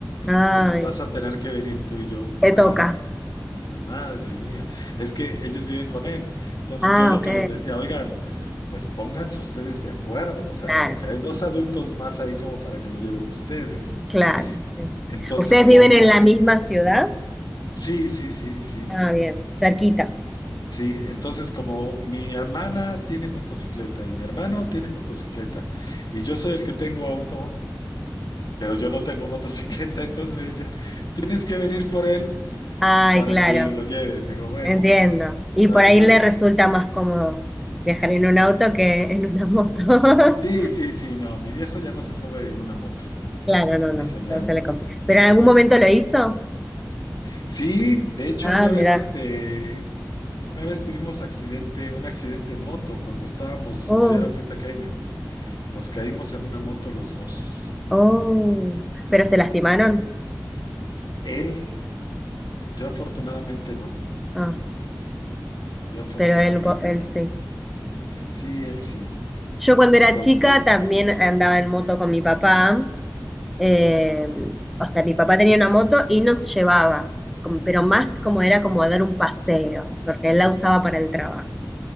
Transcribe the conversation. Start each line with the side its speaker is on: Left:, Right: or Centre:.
Centre: Ay,
Left: Entonces vas a tener que venir tú y yo,
Centre: te
Left: madre
Centre: toca.
Left: mía, madre mía. Es que ellos viven con él. Entonces
Centre: Ah,
Left: yo lo
Centre: ok.
Left: que les decía, oigan, pues pónganse ustedes de acuerdo. O sea,
Centre: Claro,
Left: como que hay dos adultos más ahí como para que lo lleven ustedes.
Centre: claro. sí.
Left: Entonces,
Centre: ¿Ustedes
Left: como
Centre: viven
Left: mi...
Centre: en la misma ciudad?
Left: Sí, sí, sí, sí.
Centre: Ah, bien, cerquita.
Left: Sí, entonces como mi hermana tiene motocicleta y mi hermano tiene motocicleta y yo soy el que tengo auto, pero yo no tengo motocicleta, <laughs> entonces me dicen, tienes que venir por él
Centre: Ay,
Left: para
Centre: claro.
Left: que lo lleves. Digo, bueno,
Centre: Entiendo. Y
Left: está
Centre: por
Left: bien.
Centre: ahí le resulta más cómodo viajar en un auto que en una moto. <laughs>
Left: Sí, sí, sí, no, mi viejo ya no se sube en una moto,
Centre: Claro, no,
Left: ni
Centre: no,
Left: soñando,
Centre: no se le confía. ¿Pero
Left: ni soñando.
Centre: en algún momento lo hizo?
Left: Sí, de hecho
Centre: Ah,
Left: una
Centre: mirá.
Left: vez este, una vez tuvimos accidente, un accidente en moto cuando estábamos,
Centre: Oh,
Left: yo era muy pequeño. Nos caímos en una moto los dos.
Centre: oh. ¿Pero se lastimaron?
Left: Él, yo afortunadamente no.
Centre: Ah,
Left: Yo afortunadamente
Centre: pero él, po- él
Left: no.
Centre: sí.
Left: Sí, él sí.
Centre: Yo cuando
Left: Entonces,
Centre: era chica también andaba en moto con mi papá. eh, o sea, mi papá tenía una moto y nos llevaba, como- pero más como era como a dar un paseo, porque él la usaba para el trabajo.